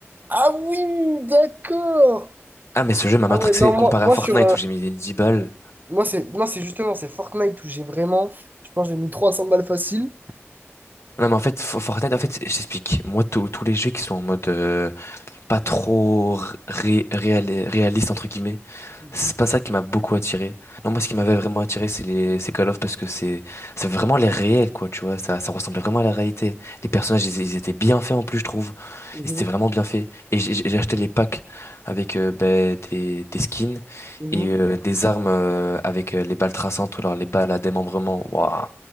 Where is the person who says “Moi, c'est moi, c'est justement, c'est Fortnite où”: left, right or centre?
Right